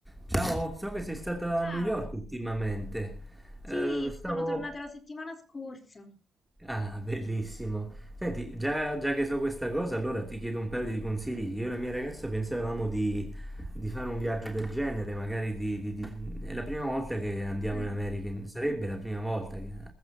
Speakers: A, in the centre; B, on the left.
A: Ciao, so che sei stata
B: Ciao,
A: a New York ultimamente.
B: sì,
A: Eh,
B: sono
A: stavo,
B: tornata la settimana scorsa.
A: Ah, bellissimo. Senti, già, già che so questa cosa, allora ti chiedo un paio di consigli. Io e la mia ragazza pensavamo di, di fare un viaggio del genere, magari di, di- di- È la prima volta che andiamo
B: Mm.
A: in America, sarebbe la prima volta che